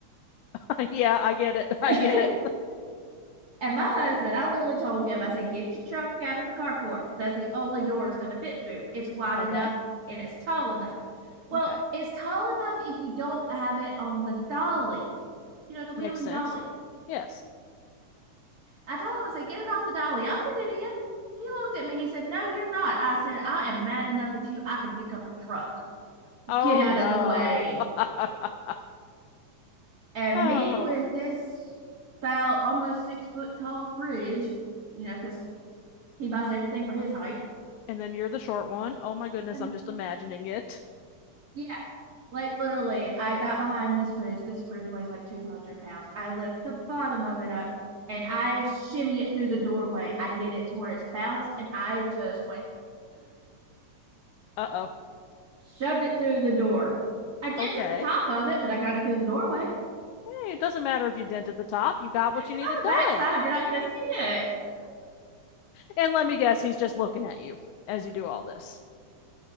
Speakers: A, on the left (about 80°); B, on the right (about 35°).
A: <laughs> yeah, I get
B: <laughs>
A: it. <laughs>
B: and
A: I get it.
B: my husband, I literally told him, I said, get your truck out of the carport. That's the only door it's gonna fit through. It's wide
A: Okay.
B: enough and it's tall enough. Well,
A: Okay.
B: it's tall enough if you don't have it on the dolly, you know, the wheeling
A: Makes sense.
B: dolly.
A: Yes.
B: I told him, I said, get it off the dolly. I'll get it in. He looked at me. He said, no, you're not. I said, I am mad enough at you. I can pick up a truck.
A: Oh
B: Get out
A: no.
B: of the way.
A: <laughs>
B: And
A: oh.
B: me with this about almost six foot tall fridge, you know, because he buys everything for his height.
A: And then you're the short one. Oh my goodness,
B: And
A: I'm just imagining it.
B: Yeah. like literally, I got behind this fridge. This fridge weighs like 200 pounds. I lift the bottom of it up and I shimmy it through the doorway. I get it to where it's balanced and I just went
A: Uh oh.
B: shoved it through the door. I dented
A: Okay.
B: the top of it, but I got it through the doorway.
A: Hey, it doesn't matter if you dent at the top, you got what
B: It's
A: you needed
B: on the back
A: done.
B: side. You're not going to see it.
A: And let me guess, he's just looking at you as you do all this.